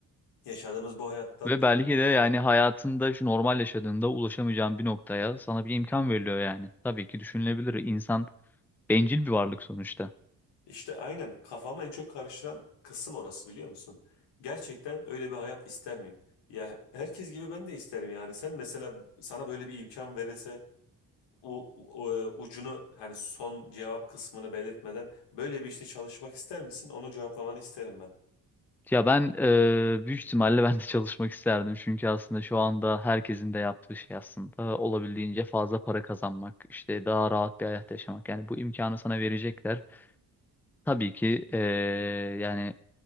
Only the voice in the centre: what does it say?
Ve belki de yani hayatında şu normal yaşadığında ulaşamayacağın bir noktaya sana bir imkan veriliyor yani. Tabii ki düşünülebilir. İnsan bencil bir varlık sonuçta.
Ya ben e, büyük ihtimalle ben de çalışmak isterdim. Çünkü aslında şu anda herkesin de yaptığı şey aslında olabildiğince fazla para kazanmak, işte daha rahat bir hayat yaşamak. Yani bu imkanı sana verecekler. Tabii ki e, yani